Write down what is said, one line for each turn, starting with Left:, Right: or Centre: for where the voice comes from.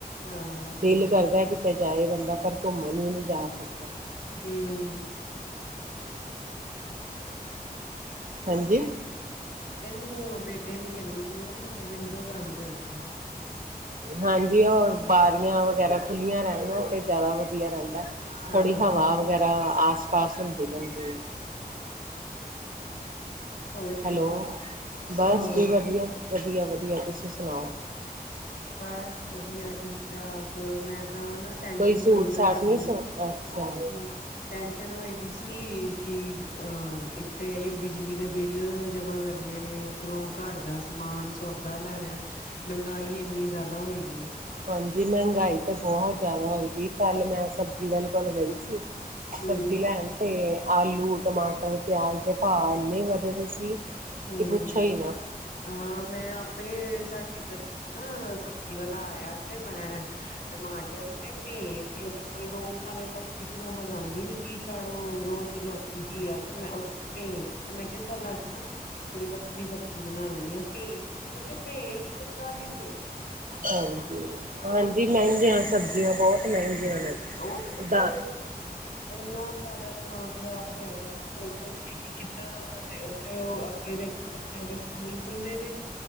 Left: ਹਾਂ
Right: ਦਿਲ
Left: ਹਾਂਜੀ
Right: ਕਰਦਾ ਕਿਤੇ ਜਾਏ ਬੰਦਾ, ਪਰ ਘੁੰਮਣ ਵੀ ਨੀ ਜਾ ਸਕਦਾ।
Left: ਹੁੰ।
Right: ਹਾਂਜੀ।
Left: ਇਹਨੂੰ, ਬੇਟੇ ਨੂੰ ਕਹਿੰਨੀ ਪਈ ਆ, ਵਿੰਡੋ ਬੰਦ ਕਰ ਦੇ।
Right: ਹਾਂਜੀ, ਉਹ ਬਾਰੀਆਂ ਵਗੈਰਾ ਖੁੱਲੀਆਂ ਰਹਿਣ ਨਾ, ਤੇ ਜ਼ਿਆਦਾ ਵ ਵਧੀਆ ਰਹਿੰਦਾ।
Left: ਹਾਂ
Right: ਥੋੜ੍ਹੀ ਹਵਾ ਵਗੈਰਾ ਆਸ-ਪਾਸ ਹੁੰਦੀ ਰਹਿੰਦੀ ਏ।
Left: <inaudible> ਹੋਰ
Right: ਹੈਲੋ,
Left: ਸੁਣਾਓ
Right: ਬਸ
Left: ਹੈਲੋ
Right: ਜੀ ਵਧੀਆ, ਵਧੀਆ-ਵਧੀਆ ਤੁਸੀਂ ਸੁਣਾਓ।
Left: ਬਸ ਵਧੀਆ, ਠੀਕ-ਠਾਕ, ਮੈਂ ਤਾਂ ਨਾ ਟੈਂਨਸ਼ਨ
Right: ਕੋਈ ਸੂਟ
Left: ਪਈ
Right: ਸਾਟ
Left: ਹੋਈ ਸੀ,
Right: ਨਹੀਂ ਸ ਅੱਛਾ
Left: ਹੁੰ। ਟੈਨਸ਼ਨ ਹੋਏ ਦੀ ਸੀ, ਕਿ ਅ ਇੱਕ ਤਾਂ ਅਈਯੋ ਬਿਜਲੀ ਦੇ ਬਿੱਲ ਜਮਾ ਕਰਨੇ ਨੇ। ਉੱਪਰੋਂ ਘਰ ਦਾ ਸਮਾਨ-ਸੌਦਾ ਲੈਣਾ, ਮਹਿੰਗਾਈ ਇੰਨੀ ਜ਼ਿਆਦਾ, ਹੋਈ ਦੀ ਏ।
Right: ਹਾਂਜੀ, ਮਹਿੰਗਾਈ ਤਾਂ ਬਹੁਤ ਜ਼ਿਆਦਾ ਹੋਏ ਦੀ। ਕੱਲ੍ਹ ਮੈਂ ਸਬਜ਼ੀ ਵਾਲੇ ਕੋਲ ਗਈ ਸੀ।
Left: ਹੂੰ
Right: ਸਬਜ਼ੀ ਲੈਣ, ਤੇ ਆਲੂ, ਟਮਾਟਰ, ਪਿਆਜ਼ ਦੇ ਪਾਂ ਇੰਨੇ ਵਧਦੇ ਸੀ।
Left: ਹੁੰ,
Right: ਕਿ ਪੁੱਛੋ ਹੀ ਨਾ
Left: ਹਾਂ ਮੈਂ ਆਪੇ ਸਾ ਗਲੀ 'ਚ ਨਾ ਸਬਜ਼ੀ ਵਾਲਾ ਆਇਆ, ਤੇ ਮੈਂ ਟਮਾਟਰ ਤੇ ਪਏ ਸੀ, ਉਹਦੇ ਕੋਲ। ਰੋਜ਼ ਨਾਲੇ ਸਬਜ਼ੀ, ਤੇ ਮੰਗਵਾਉਦੀ ਨੀ ਕੀ ਝਾੜੂ ਰੋਜ਼ ਲੋਕੀ ਘਿਆ, ਤੇ ਮੈਂ ਉਥੋ, ਪਏ ਤੇ ਮੈਂ ਕਿਹਾ, ਚੱਲ ਅੱਜ ਨਾ ਥੋੜੀ ਵੱਖਰੀ ਸਬਜ਼ੀ ਬਣਾ ਲੈਂਦੀ ਆਂ। ਭੇ, ਭੇ ਇੱਕ ਸੌ ਚਾਲੀ ਰੁਪਏ
Right: ਹਾਂਜੀ ਹਾਂਜੀ ਮਹਿੰਗੀਆਂ ਸਬਜ਼ੀਆਂ ਬਹੁਤ ਮਹਿੰਗੀਆਂ ਨੇ।
Left: ਉਹੀ
Right: ਦਾ
Left: ਤੇ ਇੰਨਾ ਜ਼ਿਆਦਾ ਦਿਮਾਗ ਖਰਾਬ ਹੋਇਆ ਨਾ। ਸੋਚ ਸੋਚ ਕੇ ਕਿ ਕਿੱਦਾਂ ਫੇਰ ਅੱਗੇ ਦੇਖੋ ਬੱਚਿਆਂ ਦੇ। ਸਕੂਲ ਖੁਲਣੇ